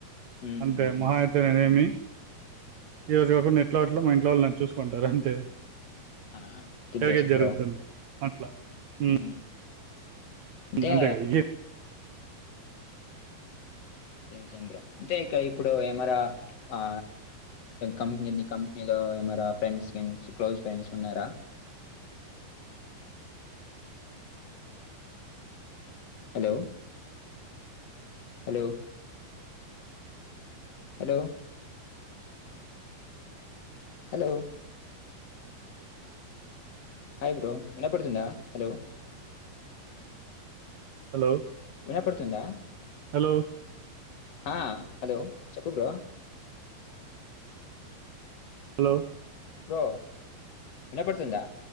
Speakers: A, on the left; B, on the right.
A: ఉమ్,
B: అంతే
A: ఉమ్,
B: మహాయతే
A: ఉమ్, ఉమ్,
B: నేనేమి ఈ
A: ఆ,
B: రోజుగాకు నెట్లాట్ ఇట్లో మా ఇంట్లో వాళ్ళ చూసుకుంటారు అంతే
A: ఆ ది
B: జరిగేది
A: బెస్ట్ బ్రో
B: జరుగుతుంది అట్లా ఉమ్,
A: హ్మ్ ఇంటే
B: అంతే కదా ఏ-
A: నిజం బ్రో అంటే ఇడ ఇప్పుడు ఏమరా ఆ కంపెనీ కంపెనీలో ఏరా ఫ్రెండ్స్ క్లోజ్ ఫ్రెండ్స్ ఉన్నారా hello hello hello hello hi bro వినపడుతుందా హలో
B: హలో
A: విన పడుతుందా
B: హలో
A: హ హలో చెప్ప బ్రో
B: హలో
A: బ్రో వినపడుతుందా